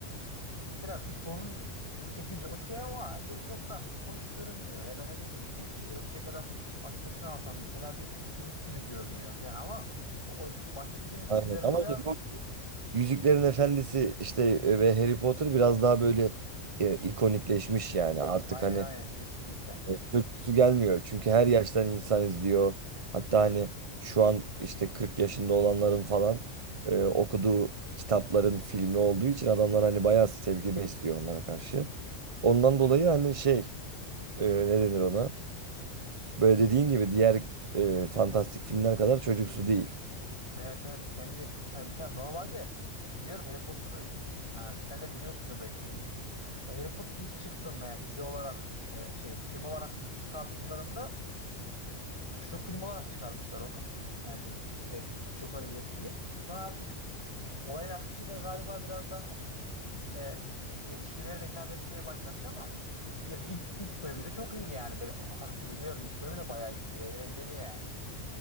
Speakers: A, on the left (about 20°); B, on the right (about 30°).
A: Mesela bir torun çekici okey ama hani böyle çok da hoş görünmüyor ya da ne bileyim bir örümcek adamın maskesini alsam mesela bir çocuk gibi görünüyor falan ama o bahsettiğimiz
B: Aynen.
A: diziler mesela
B: Ama işte bu Yüzüklerin Efendisi işte e, ve Harry Potter biraz daha böyle e, ikonikleşmiş yani. Artık
A: aynen
B: hani
A: aynen kesinlikle.
B: e, çocuksu gelmiyor. Çünkü her yaştan insan izliyor. Hatta hani şu an işte 40 yaşında olanların falan e, okuduğu kitapların filmi olduğu için adamlar hani bayağı sevgi besliyor onlara karşı. Ondan dolayı hani şey e, ne denir ona? Böyle dediğin gibi diğer e, fantastik filmler kadar çocuksu değil.
A: Evet evet kendi hani mesela normalde e, biliyorum Harry Potter'ı yani sen de biliyorsundur belki duymuşsundur. O Harry Potter ilk çıktığında yani dizi olarak e, şey film olarak ilk çıkardıklarında m, çocuk filmi olarak çıkarmışlar onu. Yani bir e, çocuklar izlesin diye. Sonra artık Olayın akışıyla galiba biraz daha e, yetişkinlere de hitap etmeye başlamış ama e, yani ilk ilk bölümü de çok iyi yani. Böyle, biliyorum ilk bölümü de bayağı iyiydi. Eğlenceli yani.